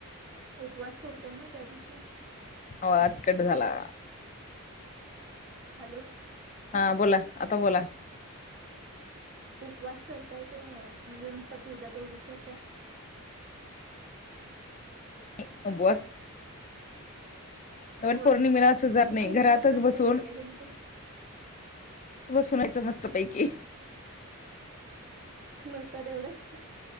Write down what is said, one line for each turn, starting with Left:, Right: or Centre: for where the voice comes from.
Right: उपवास. करताय ना त्या दिवशी.
Left: आवाज कट झाला
Right: हॅलो.
Left: हा बोला आता बोला.
Right: उपवास करताय काय म्हणजे नुसता पुजा तेवढीच करताय. <inaudible>
Left: <unintelligible>
Right: होय
Left: वट पौर्णिमेला
Right: म्हणजे
Left: असं जात नाही
Right: पहिल्यापासूनच
Left: घरातच बसून
Right: नाही आहे काय तुमच्यात.
Left: बसून हायचं मस्त पैकी.
Right: नुसता तेवढंच्.